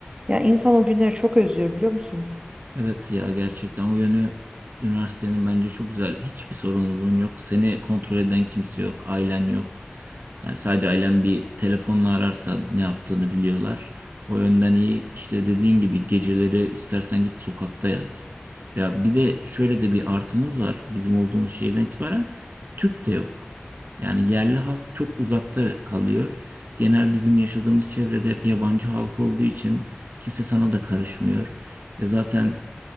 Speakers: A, on the right; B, on the right.
A: Ya insan o günleri çok özlüyor biliyor musun?
B: Evet ya gerçekten o yönü üniversitenin bence çok güzel. Hiçbir sorumluluğun yok. Seni kontrol eden kimse yok. Ailen yok. Yani sadece ailen bir telefonla ararsan ne yaptığını biliyorlar. O yönden iyi İşte dediğin gibi geceleri istersen git sokakta yat. Ya bir de şöyle de bir artımız var. Bizim olduğumuz şehirden itibaren Türk de yok. Yani yerli halk çok uzakta kalıyor. Genel bizim yaşadığımız çevrede hep yabancı halk olduğu için kimse sana da karışmıyor. E zaten